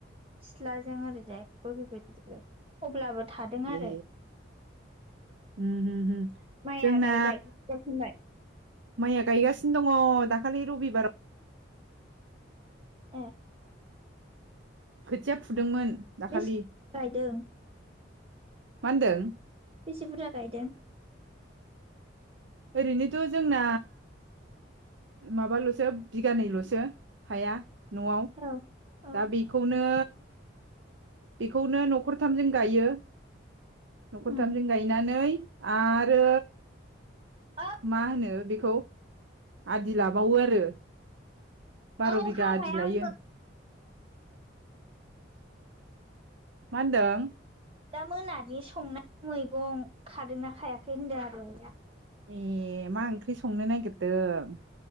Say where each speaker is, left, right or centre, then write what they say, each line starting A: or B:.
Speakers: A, on the right (about 30°); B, on the right (about 75°).
A: सिथ्लाजों ओरैजाय बोहैबोजोबो अब्लाबो थादों आरो
B: ए उम उम
A: माइया
B: जोंना
A: गायबाय गायखांबाय
B: माइया गायगासिनो दङ दाखालि रबिबाराव
A: एह
B: खोथिया फुदोंमोन दाखालि
A: बेसे गायदों
B: मा होनदों
A: बेसे बुरजा गायदों
B: ओरैनोथ' जोंना माबाल'सो बिगानैल'सो हाया। न'आव
A: औ औ
B: दा बेखौनो बेखौनो न'खरथामजों गायो न'खरथामजों
A: उम
B: गायनानै आरो
A: औ
B: मा होनो बेखौ आदि लाबावो आरो बार'
A: औ
B: बिघा
A: हाबाय
B: आदि
A: आं
B: लायो। मा होनदों?
A: दा मोनानि संनाय मैगं खादोंना खायाखै होनदों आरो आया?
B: ए मा ओंख्रि संनो नागिरदों?